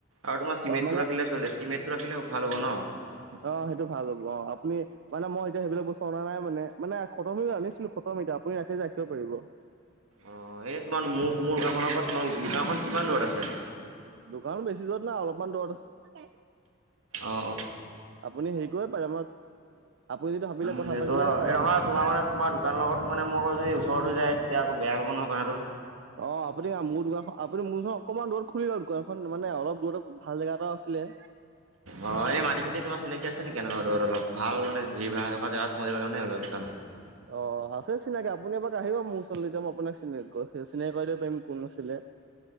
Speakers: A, on the right; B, on the right.
A: আৰু তোমাৰিেণ্টটোখিলে
B: অ মানে
A: চলে চিমেণ্টটো ৰাখিলে ভাল হ'ব ন
B: অ সেইটো ভাল হ'ল অ আপুনি মানে মই এতিয়া সেইিলাক বস্তু অনা নাই মানে মানে খতমিক আনিছিলো খতম এতিয়া আপুনি ৰাখি ৰাখিব পাৰিব
A: অ এনে তোমাৰ মোক মোৰ গখনৰ পৰা তোমাৰ গাওখন কিমান দূৰত আছে
B: দোকানত বেছি যৰত নাই অলপমান দূৰত আছে
A: অঁ
B: আপুনি হেৰি কৰিব পাৰে আমাক আপুনি যদি ভাবিলে
A: উম
B: কথা
A: এইটো
B: পাতিলেও পাৰে
A: নহয় তোমাৰ মানে তোমাৰ দোকান লগত মানে মোৰ আৌ যদি ওচৰৰতো যায় তেতিয়া আক বেয়া হ'ব নয় কথাটো
B: অ আপুনি মোৰ দান আপুনি মোৰ চওক অকণমান দূৰত খুলি লওঁ দোকানখন মানে অলপ দূৰত ভাল জেগা এটা আছিলে
A: অ এনে মাটি চেতি তোাৰ চিনাকি আছে নেকি কেনেুৱা ধৰত অলপ ভাল মান ভিৰ ভা় থকা জেগাত মে নে অলপ দোকান
B: অ আছে চিনাকি আপুনি এবাক আহিব মোৰ ওচৰলৈ যেতিয়া মই আপোনাকিন চিনাকি কৰা দিব পাৰিম কোন নছিলিনে